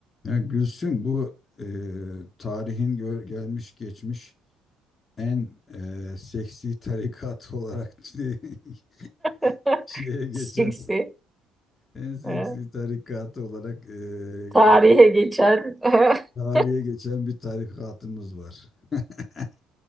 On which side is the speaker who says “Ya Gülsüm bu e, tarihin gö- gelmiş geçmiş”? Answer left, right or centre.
Left